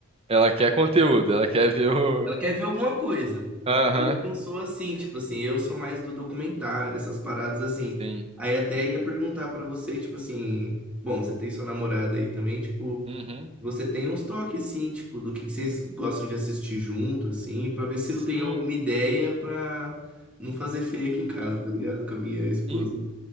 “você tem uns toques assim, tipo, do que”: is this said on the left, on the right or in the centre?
Centre